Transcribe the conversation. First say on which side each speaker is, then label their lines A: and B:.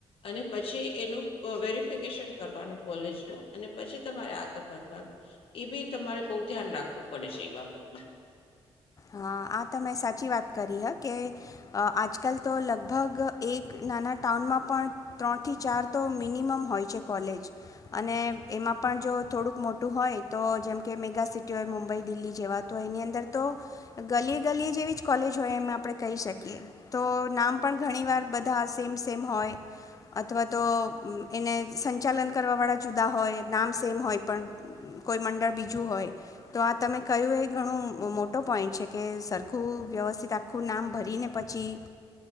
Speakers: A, on the left (about 70°); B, on the left (about 35°).
A: અને પછી એનું વેરિફિકેશન કરવાનું કોલેજનું અને પછી તમારે આગળ વધવાનું એ બી તમારે બહ ધ્યાન રાખવું પડે છે એ બાબત હ
B: હા આ તં સાચી વાત કરી હ કે આજકાલ તો લગભગ એક નાના ટાઉનમાં પણ ત્રણથી ચાર તો મિનિમમ હોય છે કોલેજ અને એમાં પણ જો થોડુંક મોટું હોય તો જેમ કે મેગ સિટી હોય મુંબઈ દિલ્હી જેવા તોય એની અંદર તો ગલીએ ગલીએ જેવી જ કોલેજ હોય એમ આપણે કહી શકીએ તો નામ પણ ઘણીવાર બધા સેમ સેમ હોય અથવા તો એને સંચાલન કરવાવાળા જુદા હોય નામ સેમ હોય પણ કોઈ મંડળ બીજું હોય તો આ તમે કહ્યું એ ઘણું મોટો પોઈન્ટ છે કે સરખું વ્યવસ્થિત આખું નામ ભરીને પછી